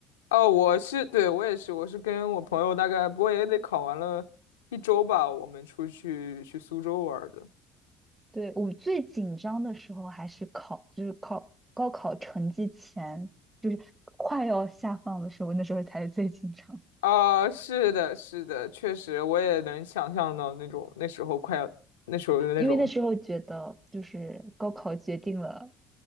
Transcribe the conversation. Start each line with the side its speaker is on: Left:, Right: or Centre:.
Left: 哦，我是对我也是，我是跟我朋友大概不过也得考完了一周吧，我们出去去苏州玩儿的。
Right: 对，我最紧张的时候还是考，就是考高考成绩前，就是快要下放的时候，那时候才是最紧张，
Left: 啊、是的，是的，确实，我也能想象到那种那时候快要那时候的那种
Right: 因为那时候觉得就是高考决定了，